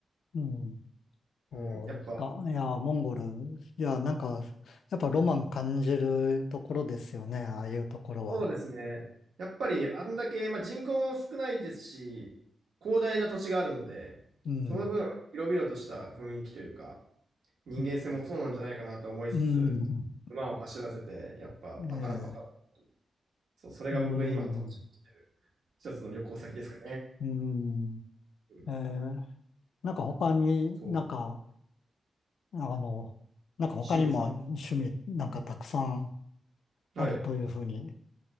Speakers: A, on the left; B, on the right.
A: うん。そうですか。
B: うん、やっぱ
A: いや、モンゴル、いや、なんか、やっぱロマン感じるところですよね、ああいうところは。
B: そうですね。やっぱりあんだけ、まあ、人口も少ないですし、広大な土地があるので、
A: うん、
B: その分、広々とした雰囲気というか、人間性もそうなんじゃないかなと思いつつ、
A: うん、うん
B: 馬を走らせて、やっぱパカラパカラ。
A: <laughs> ええ、
B: そう、それが僕今の楽しみにしてる
A: うん、
B: 一つの旅行先ですかね。
A: うん、
B: うん、
A: ええ、なんか他になんか、
B: そう、
A: あの、なんか他にも趣味なんかたくさん
B: 趣味ですか。はい。
A: あるというふうに